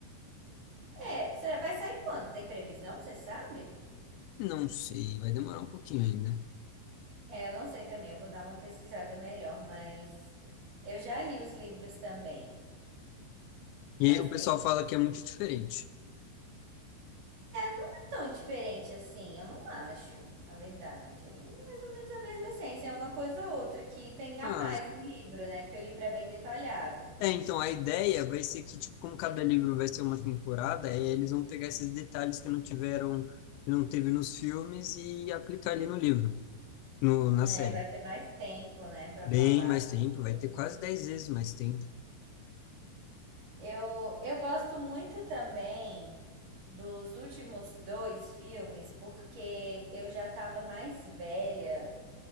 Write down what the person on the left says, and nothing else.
Não sei, vai demorar um pouquinho ainda.
E
o pessoal
fala que é muito diferente.
Ah,
é, então a ideia vai ser que, tipo, como cada livro vai ser uma temporada, é, eles vão pegar esses detalhes que não tiveram, que não teve nos filmes e aplicar ali no livro, no, na
série.
Bem
mais
tempo,
vai ter quase dez vezes mais tempo.